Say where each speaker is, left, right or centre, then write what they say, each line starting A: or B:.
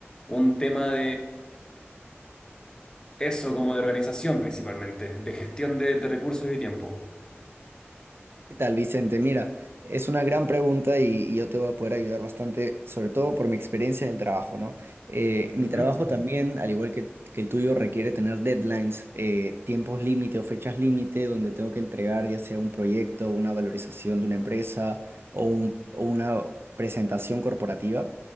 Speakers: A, on the left; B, on the right.
A: un tema eso como de organización principalmente, de gestión de, de recursos y tiempo.
B: ¿Qué tal, Vicente? Mira, es una gran pregunta y, y yo te voy a poder ayudar bastante, sobre todo por mi experiencia en el trabajo, ¿no? Eh, mi
A: Ujú.
B: trabajo también, al igual que, que el tuyo, requiere tener deadlines, eh, tiempos límite o fechas límite donde tengo que entregar ya sea un proyecto, una valorización de una empresa o, un- o una presentación corporativa.